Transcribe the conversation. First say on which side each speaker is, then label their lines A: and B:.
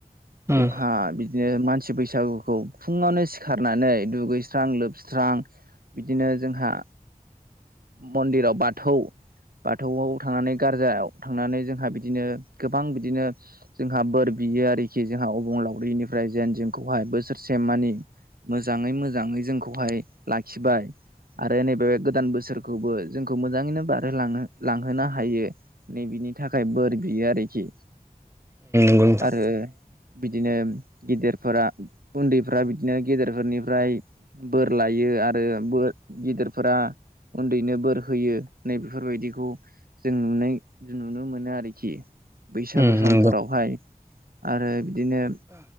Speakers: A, on the right; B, on the right.
A: उम
B: जोंहा बि- -दिनो मानसि बैसागुखौ फुङावनो सिखारनानै दुगैस्रां लोबस्रां बिदिनो जोंहा मन्दिराव बाथौ बाथौआव थांनानै गारजायाव थांनानै जों हा बिदिनो गोबां बिदिनो जोंहा बोर बियो आरोखि जोंहा अबंलावरिनिफ्राय जेन जोंखौहाय बोसोरसे मानि मोजाङै मोजाङै जोंखौहाय लाखिबाय। आरो नै बे गोदान बोसोरखौबो जोंखौ मोजाङैनो बारहोलांनो लांहोनो हायो। नै बिनि थाखाय बोर बियो आरोखि
A: उम नंगौ नोंथां
B: आरो बिदिनो गेदेरफोरा उन्दैफ्रा बिदिनो गेदेरफोरनिफ्राय बोर लायो आरो बोर गिदिरफोरा उन्दैनो बोर होयो नै बेफोरबायदिखौ जों नुनाय नुनो मोनो आरोखि। बैसागु
A: उम उम
B: समफोरावहाय आरो बिदिनो